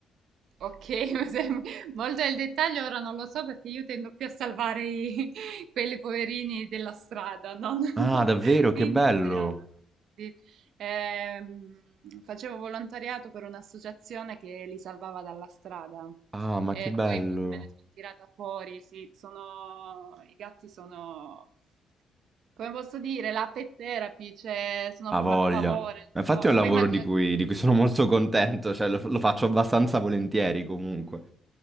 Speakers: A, on the right; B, on the right.
A: Ok, <laughs> mi sem- molto nel dettaglio ora non lo so perché io tendo più a salvare i- <laughs> quelli poverini della strada, no? <laughs>
B: Ah, davvero? Che
A: Quindi
B: bello.
A: sulle razze. sì. Ehm, facevo volontariato per un'associazione che li salvava dalla strada
B: Ah, ma
A: e
B: che bello.
A: poi mi- me ne sono tirata fuori. Sì, sono, i gatti sono, come posso dire, la pet therapy, cioè sono
B: Ha
A: proprio
B: voglia.
A: a favore.
B: Ma infatti
A: non
B: è
A: so.
B: un lavoro
A: Poi immagino
B: di cui, di cui sono molto contento, cioè lo, lo faccio abbastanza volentieri comunque.